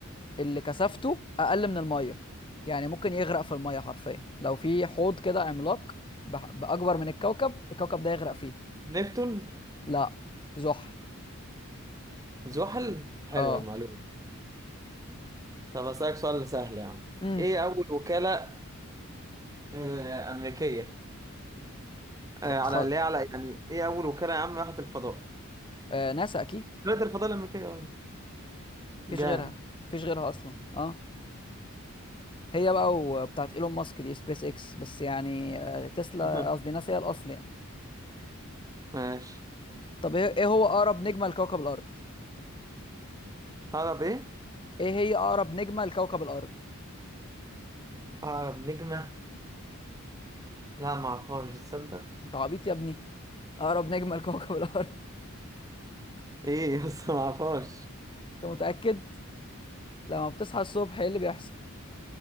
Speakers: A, on the left; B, on the right.
A: اللي كثافته اقل من الميه يعني ممكن يغرق في الميه حرفيا لو في حوض كده عملاق بح... باكبر من الكوكب الكوكب ده يغرق فيه
B: نبتون
A: لا زحل
B: زحل حلوة
A: اه
B: المعلومة طب أسألك سؤال سهل يا عم
A: امم
B: إيه أول وكالة آه، أمريكية آه،
A: بتخ...
B: على
A: بتخ...
B: اللي هي على يعني إيه أول وكالة يا عم راحت الفضاء
A: آه ناسا اكيد
B: وكالة الفضاء الأمريكية آه.
A: مفيش
B: جامد
A: غيرها مفيش غيرها اصلا اه هي بقى وبتاعت ايلون ماسك دي سبيس اكس بس يعني آه تسلا
B: <laughs>
A: قصدي ناسا هي الاصل يعني
B: ماشي
A: طب ايه إيه هو اقرب نجمه لكوكب الارض
B: هرب إيه؟
A: ايه هي اقرب نجمه لكوكب الارض
B: هرب نجمة لا معرفهاش تصدق
A: انت عبيط يا ابني اقرب نجمه لكوكب <laughs> الارض
B: إيه بس معرفهاش
A: انت متاكد لما بتصحى الصبح ايه اللي بيحصل